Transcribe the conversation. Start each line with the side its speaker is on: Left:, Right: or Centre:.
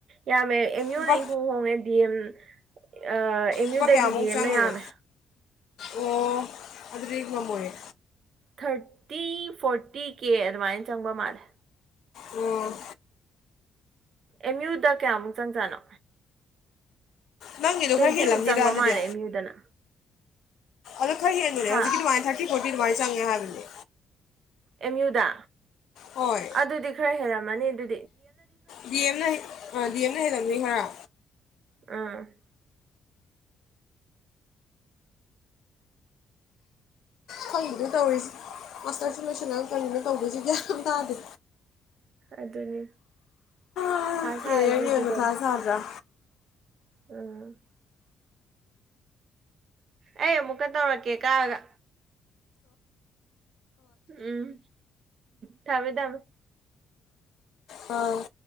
Right: ꯌꯥꯝꯃꯦ ꯑꯦꯝ ꯌꯨꯅ
Left: ꯂꯨꯄꯥ
Right: ꯏꯍꯣꯡ ꯍꯣꯡꯉꯦ ꯗꯤ ꯑꯦꯝ ꯑꯦꯝ
Left: ꯂꯨꯄꯥ
Right: ꯌꯨꯗꯒꯤ
Left: ꯀꯌꯥꯃꯨꯛ
Right: ꯗꯤ ꯑꯦꯝꯅ
Left: ꯆꯪꯉꯤꯅꯣ
Right: ꯌꯥꯝꯃꯦ
Left: ꯑꯣ ꯑꯗꯨꯗꯤ ꯉꯝꯃꯣꯏꯌꯦ
Right: ꯊꯥꯔꯇꯤ ꯐꯣꯔꯇꯤ ꯀꯦ ꯑꯗꯨꯃꯥꯏꯅ ꯆꯪꯕ ꯃꯥꯜꯂꯦ
Left: ꯎꯝ
Right: ꯑꯦꯝ ꯌꯨꯗ ꯀꯌꯥꯃꯨꯛ ꯆꯪꯖꯥꯠꯅꯣ
Left: ꯅꯪꯒꯤꯗꯣ
Right: ꯇ꯭ꯋꯦꯟꯇꯤꯃꯨꯛ
Left: ꯈꯔ ꯍꯦꯜꯂꯝꯅꯤꯗ
Right: ꯆꯪꯕ
Left: ꯑꯗꯨꯗꯤ
Right: ꯃꯥꯜꯂꯦ ꯑꯦꯝ ꯌꯨꯗꯅ
Left: ꯑꯗꯣ ꯈꯔ ꯍꯦꯟꯕꯅꯦ
Right: ꯍꯥ
Left: ꯍꯧꯖꯤꯛꯒꯤ ꯑꯗꯨꯃꯥꯋꯏꯅ ꯊꯥꯔꯇꯤ ꯐꯣꯔꯇꯤ ꯗꯨꯃꯥꯏ ꯆꯪꯉꯦ ꯍꯥꯏꯕꯅꯦ
Right: ꯑꯦꯝ ꯌꯨꯗ
Left: ꯍꯣꯏ
Right: ꯑꯗꯨꯗꯤ ꯈꯔ ꯍꯦꯜꯂꯝꯃꯅꯤ ꯑꯗꯨ
Left: ꯗꯤ ꯑꯦꯝꯅ ꯗꯤ ꯑꯦꯝꯅ ꯍꯦꯜꯂꯝꯅꯤ ꯈꯔ
Right: ꯑꯝ
Left: ꯈꯪꯗꯦꯗ ꯇꯧꯔꯤꯁꯦ ꯃꯥꯁꯇꯔꯁꯤꯡ ꯂꯣꯏꯁꯜꯂꯒ ꯀꯔꯤꯅꯣ ꯇꯧꯗꯣꯏꯁꯤ ꯒ꯭ꯌꯥꯟ ꯇꯥꯗꯦ
Right: ꯑꯗꯨꯅꯤ
Left: ꯃꯊꯥ
Right: ꯁꯥꯔꯤꯁꯦ ꯑꯗꯨꯗꯅꯤ
Left: ꯁꯥꯗ꯭ꯔꯥ
Right: ꯎꯝ ꯑꯩ ꯑꯃꯨꯛꯀ ꯇꯧꯔꯛꯀꯦ ꯀꯛꯑꯒ ꯎꯝ ꯊꯝꯃꯦ ꯊꯝꯃꯦ
Left: ꯑ